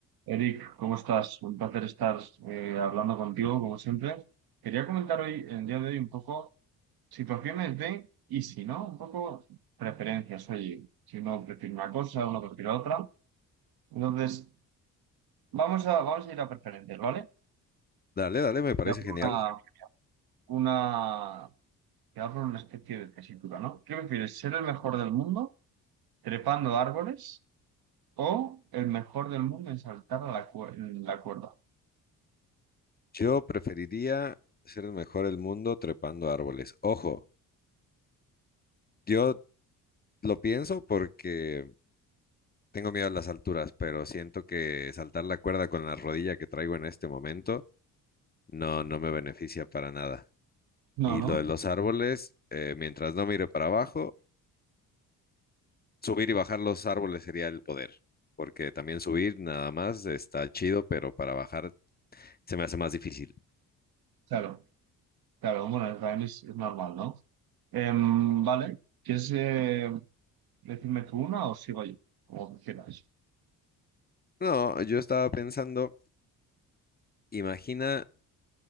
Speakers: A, on the right; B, on the left.
A: Eric, ¿cómo estás? Un placer estar eh, hablando contigo, como siempre. Quería comentar hoy, en el día de hoy, un poco situaciones de y si no, un poco preferencias. Oye, si uno prefiere una cosa, uno prefiere otra. Entonces, vamos a, vamos a ir a preferencias, ¿vale?
B: Dale, dale, me parece
A: Ya por
B: genial.
A: una, una, te hago una especie de tesitura, ¿no? ¿Qué prefieres, ser el mejor del mundo trepando árboles o el mejor del mundo en saltar a la, cue- en la cuerda?
B: Yo preferiría ser el mejor del mundo trepando árboles. Ojo, yo lo pienso porque tengo miedo a las alturas, pero siento que saltar la cuerda con la rodilla que traigo en este momento no, no me beneficia para nada. Y
A: No, no,
B: lo de los árboles, eh, mientras no mire para abajo, subir y bajar los árboles sería el poder, porque también subir nada más está chido, pero para bajar se me hace más difícil.
A: claro. Claro, bueno, también es, es normal, ¿no? Em, vale, ¿quieres eh, decirme tú una o sigo yo? Como quieras.
B: No, yo estaba pensando, imagina